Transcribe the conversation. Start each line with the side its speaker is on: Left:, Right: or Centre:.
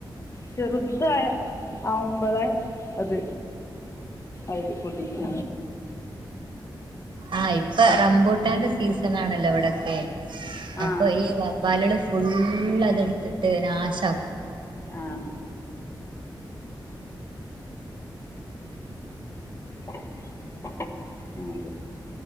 Left: ചെറുതാ ആവുമ്പളെ അത് അത് പൊട്ടിച്ച്
Right: ആഹ് ഇപ്പ റമ്പുട്ടാന്റെ സീസനാണല്ലോ ഇവിടൊക്കെ
Left: ആ
Right: അപ്പൊ ഈ വവ്വാല്ള് ഫുള്ള് അതെടുത്തിട്ട് നാശക്കും.
Left: ആഹ്. ആ അതെ.